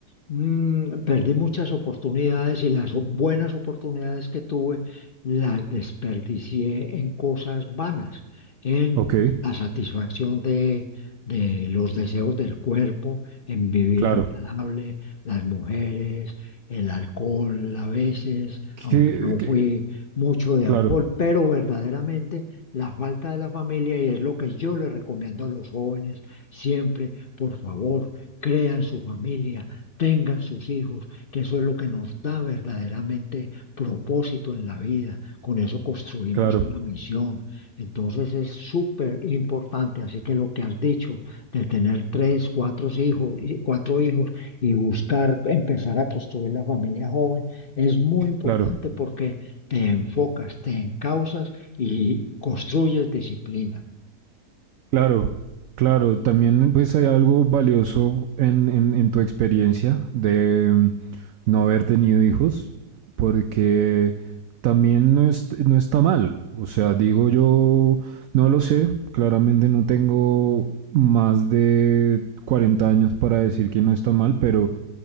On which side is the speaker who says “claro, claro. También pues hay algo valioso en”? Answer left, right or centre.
Right